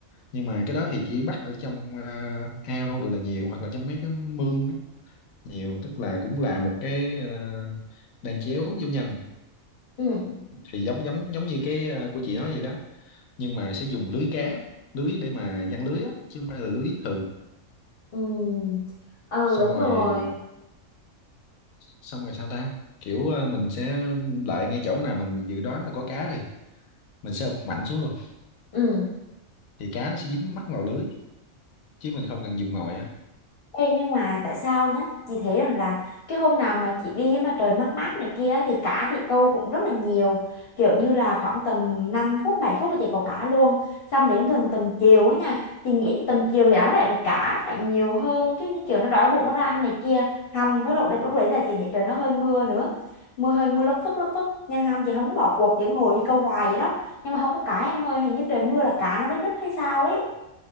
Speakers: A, on the left; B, on the left.
A: nhưng mà cái đó thì chỉ bắt ở trong à, ao đồ là nhiều hoặc là trong mấy cái mương á nhiều tức là cũng là một cái ờ, đan chéo vô nhân
B: ừ
A: thì giống giống giống như cái ờ, của chị nói vậy đó nhưng mà sẽ dùng lưới cá lưới để mà giăng lưới á chứ không phải là lưới thường
B: Ừ. Ừ
A: xong
B: đúng
A: rồi
B: rồi.
A: xong rồi sao ta kiểu ờ, mình sẽ lại ngay chỗ nào mình dự đoán là có cá đi mình sẽ ụp mạnh xuống luôn
B: Ừ.
A: thì cá nó sẽ dính mắc vào lưới chứ mình không cần dùng ngòi á
B: Ê, nhưng mà tại sao nhá? Chị thấy rằng là cái hôm nào mà chị đi mà trời mát mát này kia thì cá chị câu cũng rất là nhiều. Kiểu như là khoảng tầm 5 phút 7 phút là chị có cá luôn. Xong đến gần tầm chiều ấy nha. Chị nghĩ là tầm chiều thì đáng lẽ phải cá phải nhiều hơn chứ như kiểu nó đói bụng nó ra ăn này kia. Hầm với lúc đấy lúc đấy là chị thấy trời nó hơi mưa nữa. Mưa hơi mưa lất phất lất phất nhưng hầm chị không có bỏ cuộc chị ngồi đi câu hoài vậy đó nhưng mà không có cá em ơi hình như trời mưa là cá nó đến đứt hay sao ấy